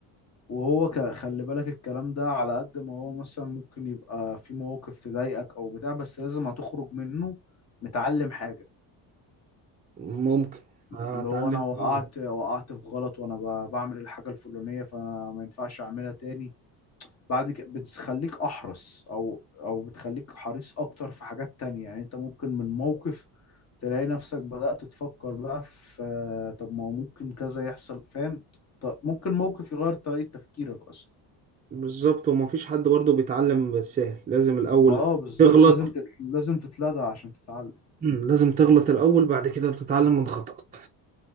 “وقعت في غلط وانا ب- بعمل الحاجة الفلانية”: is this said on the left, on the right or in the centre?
Left